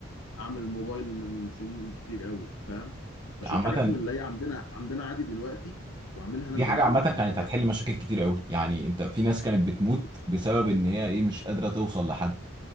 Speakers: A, on the left; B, on the right.
A: اعمل موبايل من سنين كتير قوي فاهم اشوف
B: عامة
A: حاجات من اللي هي عندنا عندنا عادي دلوقتي واعملها انا
B: دي
A: زمان
B: حاجة عامة
A: وهبقى
B: كانت
A: جاهز
B: هتحل مشاكل كتير قوي يعني انت في ناس كانت بتموت
A: اكيد
B: بسبب ان هي ايه مش قادرة توصل لحد